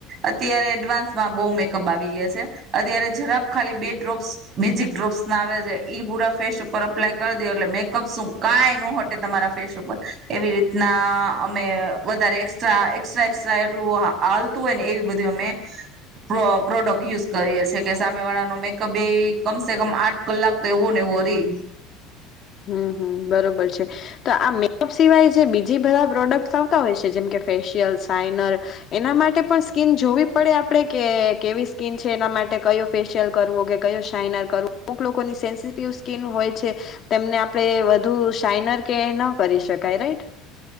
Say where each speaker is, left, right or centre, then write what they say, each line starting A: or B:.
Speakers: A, on the right; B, on the left.
A: અત્યારે એડવાન્સમાં બહુ મેકઅપ આવી ગયા છે અત્યારે જરાક ખાલી બે ડ્રોપ્સ મેજિક ડ્રોપ્સ ના આવે છે પૂરા ફેસ ઉપર એપ્લાય કરી દ એટલે મેકઅપ શું, કાંઈ ન હટે તમારા ફેસ ઉપર એવી રીતના અમે વધારે એસ્ટ્રા એ્રા એસ્ટા એટલું હાલતું હોય ને એવી બધી અમે પ્રોડક્ટ યુઝ કરીએીએ કે સામે વાળાનો મેકઅપ એ કમસે કમ આઠ કલાક તો એવો ને એવો રહી.
B: હમ હમ બરોબર છે. તો, આ મેકઅપ સિવાય જે બીજી બધા પ્રોડક્ટ્સ આવતા હોય છે જેમ કે ફેશિયલ શાઈનર એના માટે પણ સ્કીિન જોવી પડે આપડણે કે કેવી સ્કીિન છે એના માટે કયો ફેશિયલ કરવો કે કયો શાઈનર કરવો અમુક લોકોની સેન્સિટિવ સ્કીિન હોય છે. તેમને, આપણે વધુ શાઈનર કે ન કરી, શકાય રાઈટ